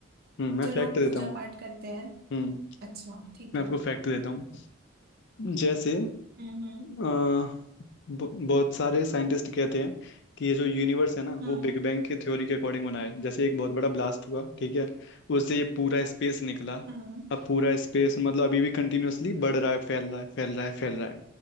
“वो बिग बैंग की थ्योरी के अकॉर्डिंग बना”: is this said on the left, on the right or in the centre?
Left